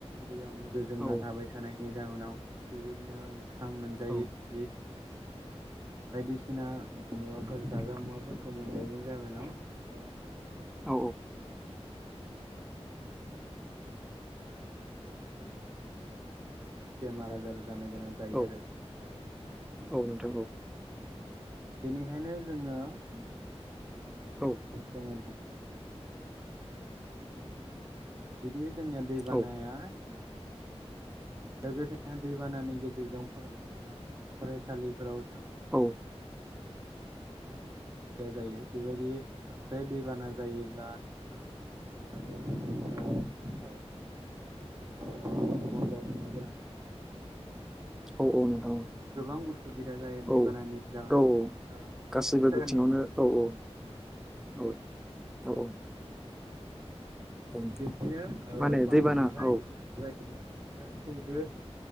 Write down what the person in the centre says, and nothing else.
औ
औ
औ
औ
औ नोंथां औ
औ
औ
औ
औ
नोंथां औ
औ
औ
गासैबो
बिथिङावनो औ औ औ औ औ।
औ
माने
दैबाना औ